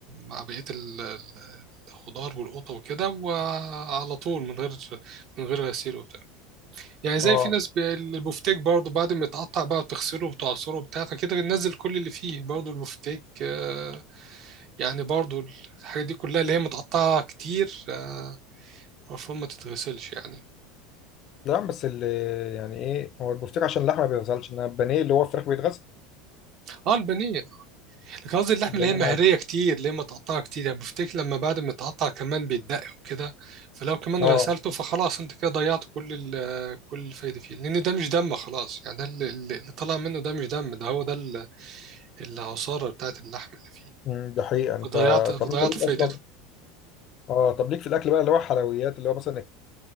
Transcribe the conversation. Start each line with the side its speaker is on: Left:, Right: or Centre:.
Right: مع بقيه ال- ال- الخضار والقطه وكده وعلى طول من غير من غير غسيل وبتاع يعني زي
Left: اه
Right: في ناس ب- البفتيك برضه بعد ما يتقطع بقى وتغسله وتعصره وبتاع فكده بننزل كل اللي فيه برضه البفتيك آه يعني برضه الحاجات دي كلها اللي هي متقطعه كتير آه المفروض ما تتغسلش يعني
Left: لا بس اللي يعني ايه هو البفتيك عشان اللحمه ما بيتغسلش انما البانيه اللي هو الفراخ بيتغسل
Right: اه البانيه لكن قصدي اللحمة
Left: البانيه
Right: اللي هي مهرية
Left: عادي
Right: كتير اللي هي متقطعة كتير يعني بفتكر لما بعد ما يتقطع كمان بيتدق وكده فلو كمان
Left: اه
Right: غسلته فخلاص انت كده ضيعت كل ال كل الفايدة فيه لأن ده مش دم خلاص يعني ده اللي, اللي طلع منه ده مش دم ده هو ده ال- العصارة بتاعت اللحم اللي فيه
Left: مم، ده حقيقه انت
Right: فضيعت فضيعت
Left: طب انت ليك
Right: فايدته
Left: اصلا اه طب ليك في الاكل بقى اللي هو حلويات اللي هو مثلا